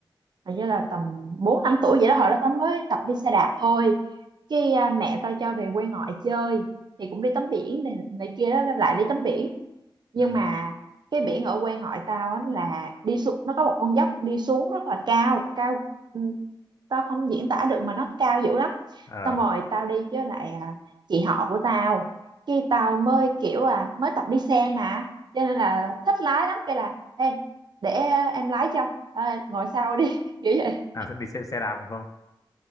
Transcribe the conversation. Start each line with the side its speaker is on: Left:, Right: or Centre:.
Right: hình như là tầm bốn năm tuổi vậy đó hồi đó tao mới tập đi xe đạp thôi cái à, mẹ tao cho về quê ngoại chơi thì cũng đi tắm biển này, này kia đó lại đi tắm biển nhưng
Left: ừ
Right: mà cái biển ở quê ngoại tao á là đi xuống nó có một con dốc đi xuống rất là cao cao ừ, tao không diễn tả được mà nó cao dữ lắm
Left: ờ
Right: xong rồi tao đi với lại à, chị họ của tao khi tao mới kiểu à mới tập đi xe mà cho nên là thích lái lắm cái là ê để à, em lái cho à, ngồi sau đi <laughs> kiểu vậy
Left: à sẽ đi xe, xe đạp đúng không